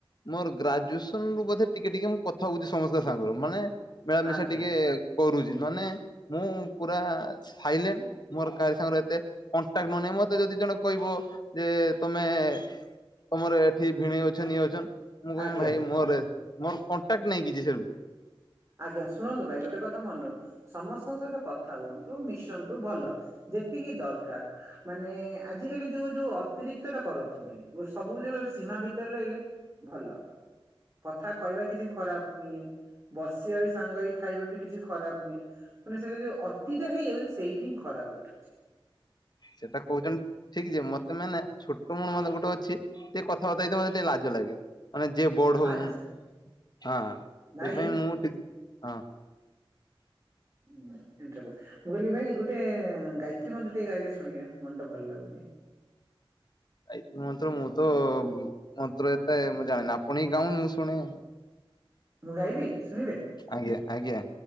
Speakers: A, on the left; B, on the right.
A: ମୋର ଗ୍ରାଜୁଏସନ୍ ରୁ ବୋଧେ ଟିକେ ଟିକେ ମୁଁ କଥା ଓଉଚି ସମସ୍ତ ସାଙ୍ଗର ମାନେ ମିଳାମିଶା
B: ଆଜ୍ଞା
A: ଟିକେ କରୁଚି ନନେ ମୁଁ ପୁରା ସାଇଲେନ୍। ମୋର କାଆରି ସାଙ୍ଗର ଏତେ କଣ୍ଟାକ୍ ନନେଇ ମତେ ଯଦି ଜଣ କହିବ ଯେ ତମେ ତମର ଏଠି ଭିଣେଇ ଅଛନ୍ ଇଏ ଅଛନ୍ ମୁଁ କହିବି
B: ଆଜ୍ଞା।
A: ଭାଇ ମୋରେ ମୋର କଣ୍ଟାକ୍ଟ ନାଇ କିଚି ସେ <unintelligible>
B: ଆଜ୍ଞା ଶୁଣନ୍ତୁ ଭାଇ ଗୋଟେ କଥା ମନର ସମସ୍ତଙ୍କ ସହିତ କଥା ହୁଅନ୍ତୁ ମିଶନ୍ତୁ ବଲ ଯେତିକି ଦରକାର। ମାନେ ଆଜିକାଲି ଯୋଉ ଯୋଉ ଅତିରିକ୍ତଟା କରନ୍ତୁନି ମୋର ସବୁ <unintelligible> ସୀମା ଭିତରେ ରହିଲେ ଭଲ କଥା କହିବା କିଛି ଖରାପ ଉଁ ବସିବା ବି ସାଙ୍ଗ ହେଇ ଖାଇବା ବି କିଛି ଖରାପ <unintelligible> ମାନେ ସେରା ଯୋଉ ଅତିଟା ହେଇଯାଉ ସେଇଠି ହିଁ ଖରାପ ଉଠୁଚି।
A: ସେଟା କହୁଚନ୍ ଠିକ୍ ଯେ ମତେ ମାନେ ଛୋଟ ଉଣୁ ମତେ ଗୋଟେ ଅଛି ଟିକେ କଥାବାତା ହେଇତେ ମତେ ଟିକେ ଲାଜ ଲାଗେ। ମାନେ ଯିଏ ବଢୋଉନ୍
B: ଆଚ୍ଛା
A: ହଁ
B: ଭାଇ
A: ସେଇଥି ପାଇଁ ମୁଁ ଟି <unintelligible> ଅଁ।
B: ଉୁଁ ଏମତିଆ <unintelligible> ମୁଁ କହିଲି ଭାଇ ଗୋଟେ ଗାୟତ୍ରୀ ମାନ୍ତ୍ର ଟି <unintelligible> ଗାଇଲେ ଶୁଣିବା ମନଟା ଭଲ ଲାଗୁନି।
A: ଗାୟତ୍ରି ମନ୍ତ୍ର ମୁଁ ତ ବୁ ମନ୍ତ୍ର ଏତେ ମୁଁ ଜାଣେନା ଆପଣ ହିଁ ଗାଉନ୍ ମୁଁ ଶୁଣେ।
B: ମୁଁ ଗାଇବି ଶୁଣିବେ?
A: ଆଜ୍ଞା ଆଜ୍ଞା।